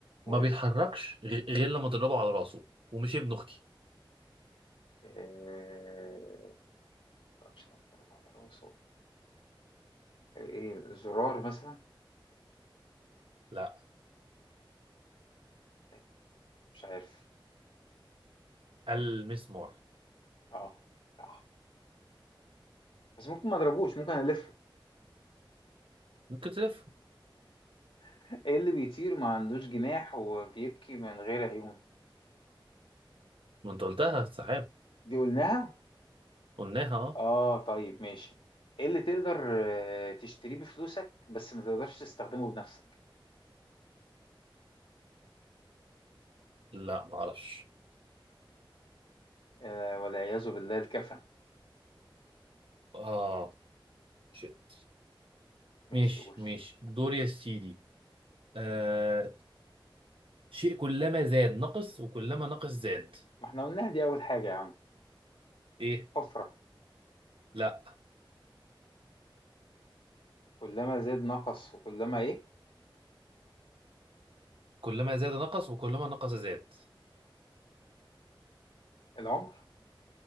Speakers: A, on the left (about 75°); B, on the right (about 80°).
A: قول
B: ما بيتحركش
A: يا باشا
B: غ- غير لما تضربه على راسه ومش ابن اختي
A: آه مش لما تضرب على راسه آه، ايه زرار مثلا
B: لا
A: آه، مش عارف
B: المسمار
A: اه صح بس ممكن ما اضربوش ممكن الفه
B: ممكن تلف
A: <laughs> ايه اللي بيطير ما عندوش جناح وبيبكي من غير عيون
B: ما انت قلتها السحاب
A: دي قلناها
B: قلناها اه
A: اه طيب ماشي ايه اللي تقدر آه، تشتريه بفلوسك بس ما تقدرش تستخدمه بنفسك
B: لا ما اعرفش
A: آه، والعياذ بالله الكفن
B: اه شيت
A: ماشي
B: ماشي
A: قول
B: ماشي دور يا سيدي آه شيء كلما زاد نقص وكلما نقص زاد
A: ما احنا قلناها دي اول حاجة يا عم
B: ايه
A: حفرة
B: لا
A: كلما زاد نقص وكلما ايه
B: كلما زاد نقص وكلما نقص زاد
A: العمر